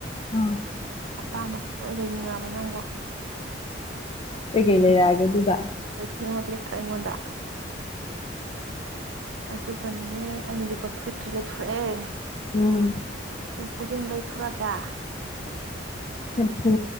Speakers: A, on the left; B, on the right.
A: ꯑꯝ
B: ꯑꯄꯥꯝꯕꯕꯁꯤ ꯂꯣꯏ ꯂꯩꯅꯤꯡꯉꯕ ꯅꯕꯣ
A: ꯒꯦꯃꯦꯔꯒꯤ ꯗꯨꯗ
B: ꯕꯔꯥ ꯄꯤꯔꯛꯇ꯭ꯔꯥ ꯑꯩꯉꯣꯟꯗ ꯑꯗꯨꯒꯅꯦ ꯑꯩꯅ ꯂꯤꯠꯄ ꯐꯨꯔꯤꯠꯇꯨ ꯂꯩꯊꯣꯔꯛꯑꯦ
A: ꯎꯝ
B: ꯐꯖ ꯂꯩꯊꯣꯔꯛ ꯍꯥ
A: ꯁꯦꯝꯐꯨ